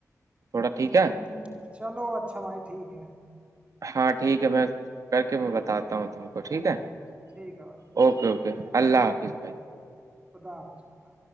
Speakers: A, on the right; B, on the right.
A: تھوڑا ٹھیک
B: ہ
A: ہے
B: چلو اچھا بھائی ٹھیک ہے
A: ہاں ٹھیک ہے میں کر کے میں بتاتا ہوں تم کو ٹھیک ہے
B: ٹھیک ٹھیک ہے بھائی
A: اوکے اوکے اللہ حافظ بھائی
B: خدا حافظ خدا